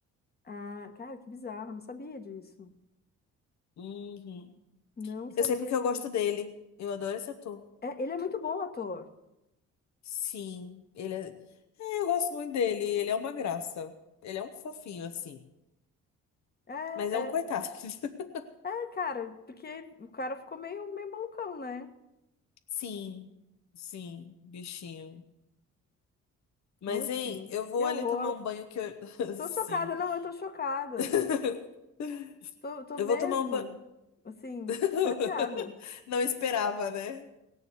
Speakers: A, on the left; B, on the left.
A: Ah, cara, que bizarro, não sabia disso.
B: Uhum.
A: Não sabia
B: Eu sei porque
A: disso.
B: eu gosto dele. Eu adoro esse ator.
A: É, ele é muito bom ator.
B: Sim, ele é... é, Eu gosto muito dele. Ele é uma graça. Ele é um fofinho, assim.
A: É,
B: Mas é
A: é,
B: um coitado. <laughs>
A: é, cara, porque o cara ficou meio, meio malucão, né?
B: Sim, sim, bichinho. Mas,
A: Ô, gente,
B: hein, eu vou
A: que horror.
B: ali tomar um banho que eu. <laughs>
A: Tô
B: Sim.
A: chocada, não, eu tô chocada.
B: <laughs>
A: Tô, tô
B: Eu
A: mesmo,
B: vou tomar um banho.
A: assim,
B: <laughs>
A: chateada.
B: Não esperava, né?